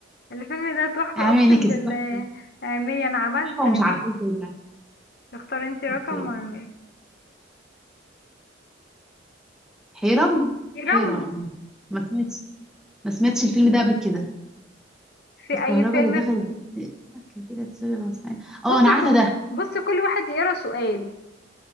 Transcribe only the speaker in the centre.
عامل
لك تحفة
تحفة ومش
عارفة ازاي ده
اوكي
حيرم
حيرم ما سمعتش ما سمعتش الفيلم ده قبل كده
الكهرباء
اللي دخلت بيت- كان كده تشغل مسمعين
اه انا
عارفة ده